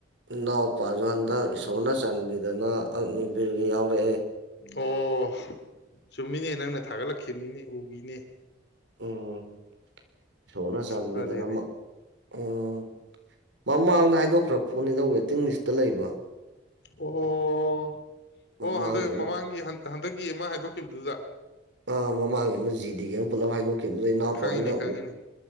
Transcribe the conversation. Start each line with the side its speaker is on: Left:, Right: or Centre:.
Right: ꯏꯅꯥꯎ ꯄꯥꯖꯟꯗ ꯏꯁꯣꯔꯅ ꯆꯥꯟꯕꯤꯗꯨꯅ ꯑꯪꯅꯤ ꯕꯤꯔꯒꯤ ꯌꯥꯎ ꯔꯦ
Left: ꯑꯣꯐ ꯁꯨꯝ ꯃꯤꯅꯦ ꯅꯪꯅ ꯊꯥꯒꯠꯂꯛꯈꯤꯕ ꯃꯤꯅꯦ ꯇꯤꯅꯦ
Right: ꯎꯝ ꯏꯁꯣꯔꯅ
Left: ꯑꯁ
Right: ꯆꯥꯟꯕꯤꯗꯅ
Left: ꯐꯔꯦꯅꯦ
Right: ꯑꯃ ꯑꯣ ꯃꯃꯥꯡꯗ ꯍꯥꯏꯗꯣꯛꯈ꯭ꯔ ꯄꯣꯠꯅꯤꯗ ꯋꯦꯇꯤꯡ ꯂꯤꯁꯇ ꯂꯩꯕ
Left: ꯑꯣ
Right: ꯃꯃꯥꯡꯒꯤ
Left: ꯑꯣ ꯍꯟꯗ
Right: ꯑꯃ
Left: ꯃꯃꯥꯡꯒꯤ ꯍꯟ ꯍꯟꯗꯛꯀꯤ ꯑꯃ ꯍꯥꯏꯗꯣꯛꯈꯤꯕꯗꯨꯗ
Right: ꯑ ꯃꯃꯥꯡꯒꯤ ꯑꯃ ꯖꯤꯗꯤꯗꯒꯤ ꯑꯃ ꯄꯨꯂꯞ ꯍꯥꯏꯗꯣꯛ ꯗꯨꯗ ꯏꯅꯥꯄꯣꯛ
Left: ꯈꯪꯉꯤꯅꯦ
Right: ꯑꯩꯅ
Left: ꯈꯪꯉꯤꯅꯦ
Right: ꯎ